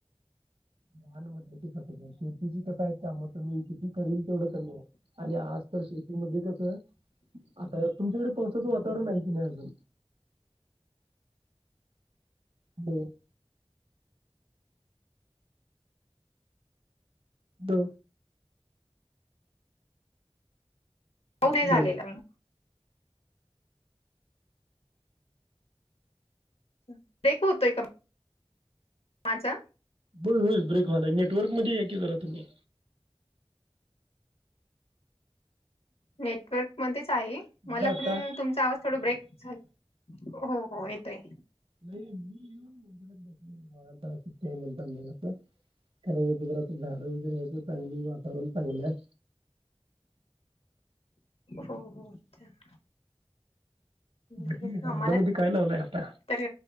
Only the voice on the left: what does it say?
हो,
ते झालेलं, हम्म ब्रेक, होतोय का? माझा
नेटवर्क मध्येच ताई,
मला
पण तुमचा आवाज थोडं ब्रेक झल्या हो हो, येतय.
हो हो अच्छा नाही
आम्हाला
तर